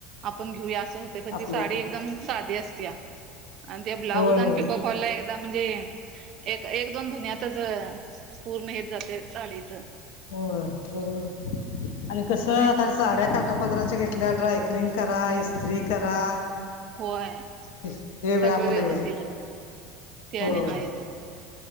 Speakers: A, on the right; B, on the left.
A: आपण घेऊया असं होते पण
B: आपल्याकडं
A: ती साडी एकदम साधी असती या. ते ब्लाऊज
B: होय होय
A: आणि पिकोपाला एकदा म्हणजे एक एक दोन धुनितच पूर्ण हेेत जाते साडीचं.
B: हो बरोबर आणि कस
A: पण
B: आता साड्या काढ. काटा पद्राच्या घेतल्या ड्रायकलिंग करा इस्त्री करा.
A: होय
B: हे
A: सगळं
B: बी आपलं
A: व्यवस्थित
B: हे आहे
A: ते
B: होय
A: आणि हायचं.